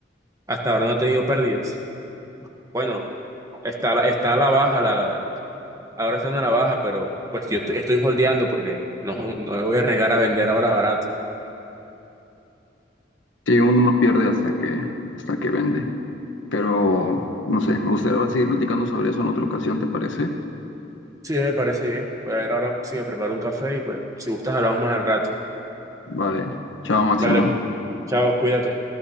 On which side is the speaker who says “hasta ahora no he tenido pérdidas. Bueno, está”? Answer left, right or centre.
Right